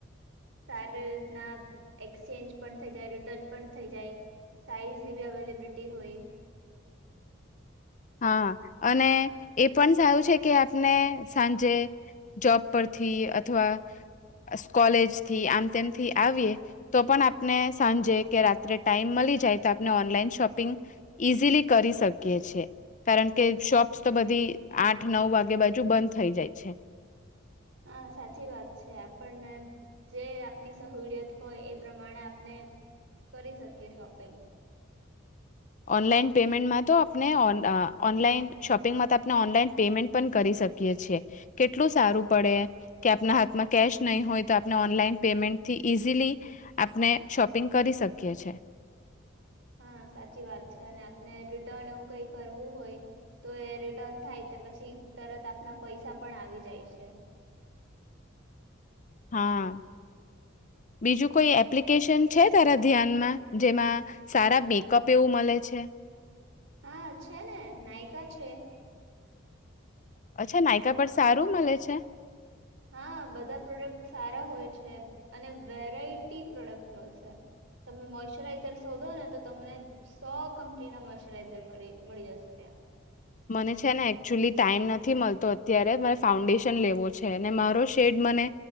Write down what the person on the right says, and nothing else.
સારી રીતના એક્સચેન્જ પણ થઇ જાય રિટર્ન પણ થઇ જાય. સાઈઝી એવી અવેલેબિલિટી હોય.
હા, સાચી વાત છે આપણને જે આપની સહુડીયત હોય એ પ્રમાણે આપણે કરી શકીએ શોપિંગ.
હા, સાચી વાત છે અને આપણે રિટર્ન એવું કંઈ કરવું હોય તો એ રિટર્ન થાય તો પછી તરત આપણા પૈસા પણ આવી જાય છે.
હા, છે ને, નાયકા છે.
હા, બધા પ્રોડક્ટ સારા હોય છે અને વેરાયટી પ્રોડક્ટ હોય છે. તમે મોઈશ્ચરાઈઝર શોધો ને, તો તમને સો કંપનીના મોઈશ્ચરાઈઝર મળી મળી જશે ત્યાં.